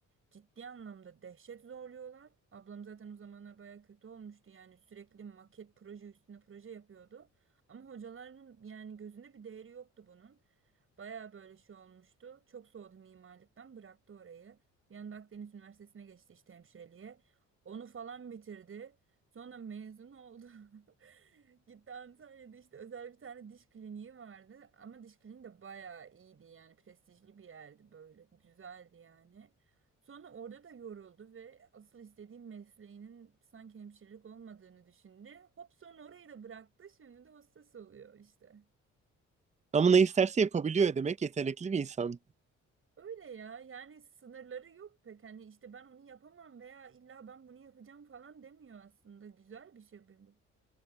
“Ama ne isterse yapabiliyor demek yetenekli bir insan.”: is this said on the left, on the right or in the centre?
Right